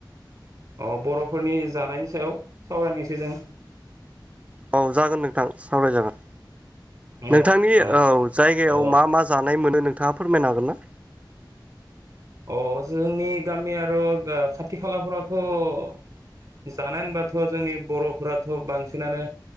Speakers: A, on the right (about 45°); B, on the right (about 15°).
A: अ बर'फोरनि जानायनि सायाव सावरायनायसै जों।
B: औ जागोन नोंथां सावराय जागोन।
A: अ
B: नोंथांनि
A: अ
B: औ जायगायाव
A: अ
B: मा मा जानाय मोनो नों? थाङा फोरमायनो हागोन ना?
A: अ जोंनि गामि आरो ओ खाथि खालाफोरावथ' जानाय ओनबाथ' जोंनि बर'फोराथ' बांसिनानो